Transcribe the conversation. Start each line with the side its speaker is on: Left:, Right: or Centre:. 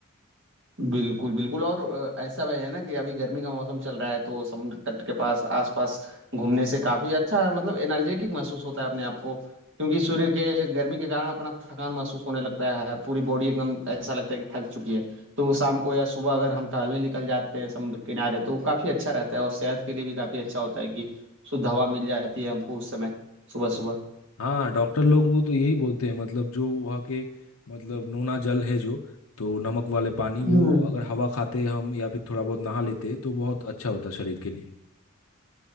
Right: बिल्कुल बिल्कुल और अ, ऐसा भी है ना कि अभी गर्मी का मौसम चल रहा है तो समुद्र तट के पास आसपास घूमने से काफी अच्छा मतलब एनर्जेटिक महसूस होता है अपने आप को क्योंकि सूर्य के गर्मी के कारण अपना थकान महसूस होने लगता है पूरी बॉडी एकदम ऐसा लगता है कि थक चुकी है तो शाम को या सुबह अगर हम टहलने निकल जाते हैं समुद्र किनारे तो काफी अच्छा रहता है और सेहत के लिए भी काफी अच्छा होता है कि शुद्ध हवा मिल जाती है हमको उस समय सुबह
Left: हाँ डॉक्टर लोग वो तो यही बोलते हैं मतलब जो वहाँ के मतलब नोना जल है जो तो नमक वाले पानी
Right: सुबह
Left: वो अगर हवा खाते हम या फिर थोड़ा बहुत नहा लेते तो बहुत अच्छा होता शरीर के लिए